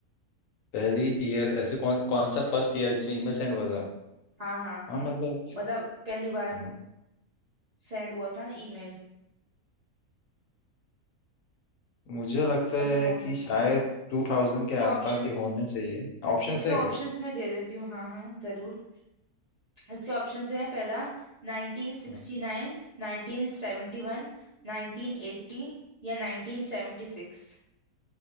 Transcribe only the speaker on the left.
पहली ईयर ऐसे कौन कौन सा फर्स्ट ईयर है जिसमें ईमेल सेंड हुआ था
हाँ मतलब
हम्म,
मुझे लगता है
कि
शायद टू थाउजेंड
के आसपास
ही होना चाहिए ऑप्शंस
है
क्या
हम्म।